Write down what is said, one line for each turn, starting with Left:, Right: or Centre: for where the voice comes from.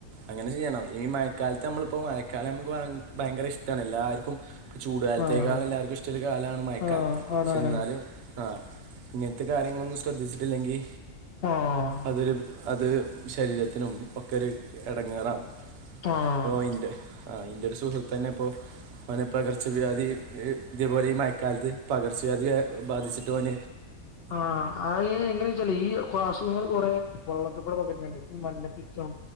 Right: അങ്ങനെ ചെയ്യണം ഈ മഴ ക്കാലത്ത് നമ്മളിപ്പോ മഴക്കാലം നമുക്ക് ഭയ ഭയങ്കര ഇഷ്ടാണ് എല്ലാർക്കും ചൂടുകാലത്തേക്കാള്
Left: ആഹ്
Right: എല്ലാർക്കും ഇഷ്ടള്ള ഒരു കാലാണ് മയക്കാലം
Left: ആഹ്
Right: പക്ഷെ
Left: ആണാണ്
Right: ന്നാലും ആ ഇങ്ങനെ ത്തെ കാര്യങ്ങളൊന്നും ശ്രദ്ധിച്ചിട്ടില്ലെങ്കിൽ
Left: ആഹ്
Right: അതൊരു അത് ശരീരത്തിനും ഒക്കെരു എടങ്ങേറാവും
Left: ആഹ്
Right: പ്പൊഇന്റെ ആ ഇന്റൊരു സുഹൃത്തന്നെ ഇപ്പൊ- അവന് പകർച്ചവ്യാധി ഇതേപോലെ ഈ മയക്കാലത്ത് പകർച്ചവ്യാധി എ ബാധിച്ചിട്ട് ഓൻ
Left: ആ അ എങ്ങനെച്ചാലെയ് ഈ അസുഖങ്ങൾ കൊറേ വള്ളത്ത്ക്കൂ ടെ പകരണണ്ട്‌ ഈ മഞ്ഞപിത്തം